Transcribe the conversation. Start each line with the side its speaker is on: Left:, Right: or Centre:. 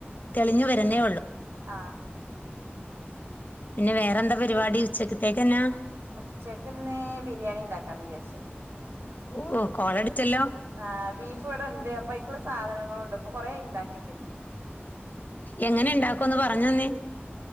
Left: തെളിഞ്ഞു വരുന്നേ ഉള്ളൂ
Right: ആ
Left: പിന്നെ വേറെന്താ പരിപാടി ഉച്ചക്കത്തേക്ക് എന്നാ
Right: ഉച്ചക്കിന്ന് ബിരിയാണി ഉണ്ടാക്കാന്ന് വിജാരിച്ചു
Left: ഓ കോളടിച്ചല്ലോ
Right: ആ ബീഫ് ഇവിടെ ഉണ്ട് അപ്പ അയിക്കുള്ള സാധനങ്ങൾ ഉണ്ട് അപ്പൊ കൊറെയായി ഇണ്ടാക്കിട്ട്
Left: എങ്ങനെ ണ്ടാക്കോന്ന് പറഞ്ഞുതന്നേ